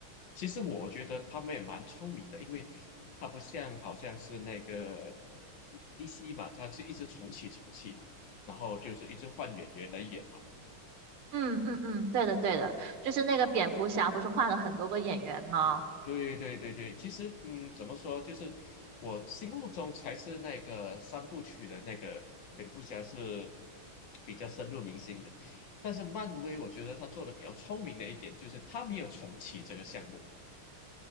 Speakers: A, on the left; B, on the right.
A: 其实我觉得他们也蛮聪明的，因为他不像好像是那个 DC 吧，他是一直重启重启，然后就是一直换演员来演，
B: 嗯嗯嗯，对的对的，就是那个蝙蝠侠不是换了很多个演员吗？
A: 对对对对，其实嗯，怎么说，就是我心目中才是那个三部曲的那个蝙蝠侠是比较深入民心的，但是漫威我觉得他做的比较聪明的一点就是他没有重启这个项目，